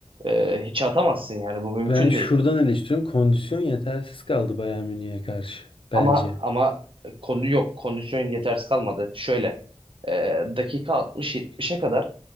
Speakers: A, on the right; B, on the left.
A: e, hiçe atamazsın yani bu
B: Ben
A: mümkün
B: şuradan
A: değil.
B: eleştiriyorum. Kondisyon yetersiz kaldı Bayern Münih'e karşı. Bence.
A: Ama ama konu yok. Kondisyon yetersiz kalmadı. Şöyle e, dakika 60-70'e kadar